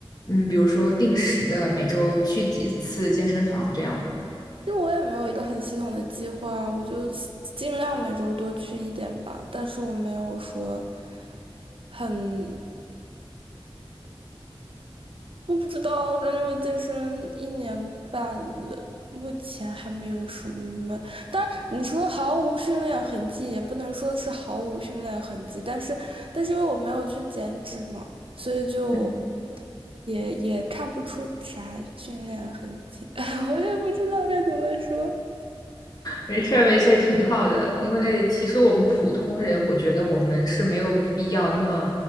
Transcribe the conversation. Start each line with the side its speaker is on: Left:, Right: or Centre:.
Left: 嗯，比如说定时的每周去几次健身房这样吗？
Right: 因为我也没有一个很系统的计划，我就尽量每周多去一点吧。但是我没有说很，我不知道，感觉我健身一年半了，目前还没有什么。但你说毫无训练痕迹，也不能说是毫无训练痕迹，但是，但是因为我没有去减脂嘛，所以就
Left: 嗯
Right: 也也看不出啥训练痕迹。<laughs> 哎，我也不知道该怎么说。
Left: 没事儿，没事儿，挺好的。因为其实我们普通人，我觉得我们是没有必要那么